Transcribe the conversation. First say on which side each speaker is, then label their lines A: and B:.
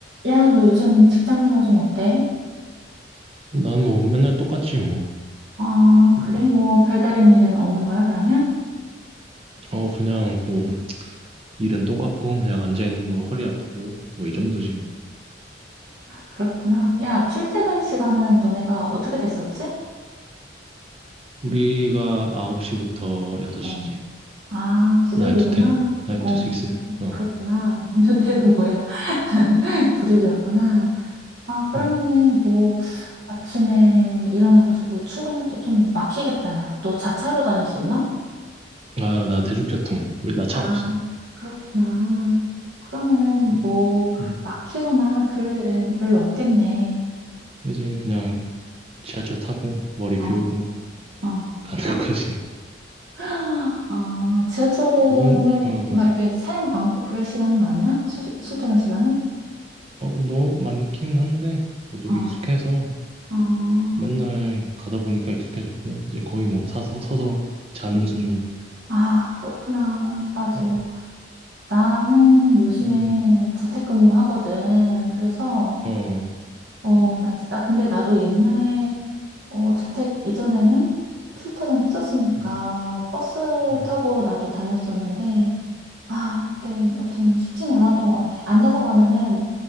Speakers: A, on the right (about 70°); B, on the right (about 30°).
A: 야, 너 요즘 직장 생활 좀 어때?
B: 뭐, 난뭐 맨날 똑같지 뭐.
A: 아,
B: 뭐,
A: 그래? 뭐, 별다른 일은 없는 거야, 그러면?
B: 어, 그냥 뭐 일은 똑같고 그냥 앉아 있는 거 허리 아프고 뭐 이 정도지 뭐.
A: 그렇구나. 야, 출퇴근 시간은 너네가 어떻게 됐었지?
B: 우리가 9시부터 6시지.
A: 어. 아, 구륙이구나
B: 9 to 10, 9
A: 어,
B: to 6. 어.
A: 그렇구나. <laughs> 년대는 뭐야? <laughs> 구륙이었구나 아, 그러면은
B: 음.
A: 뭐, 아침에 일어나가지고 출근할 때 좀 막히겠다, 야. 너 자차로 다녔었나?
B: 아, 나 대중교통. 우리 나 차
A: 아,
B: 없어.
A: 그렇구나. 그러면은
B: 음,
A: 뭐,
B: 음.
A: 막히거나 그럴 일은 별로 없겠네.
B: 그지 그냥 지하철 타고 머리
A: 어.
B: 비우고
A: 아,
B: <laughs> 가는 거지.
A: <gasps> 아, 지하철에는
B: 넌, 어,
A: 막 이렇게 사람 많고 그럴 시간은 아니야? 출, 출퇴근 시간에?
B: 어, 너 많긴 한데 뭐 너무
A: 아,
B: 익숙해서
A: 아,
B: 맨날 가다 보니까 익숙해졌고 이제 거의 뭐 사서 서서 자는
A: 음.
B: 수준.
A: 아, 그렇구나. 맞아.
B: 어.
A: 나는 요즘에
B: 음,
A: 재택근무 하거든. 그래서,
B: 어,
A: 어, 나 진짜, 근데 나도 옛날에, 어, 재택 이전에는 출퇴근 했었으니까
B: 음,
A: 버스
B: 음.
A: 타고 나도 다녔었는데, 아, 그때, 아무튼 쉽진 않았던 것 같아. 앉아서 가면은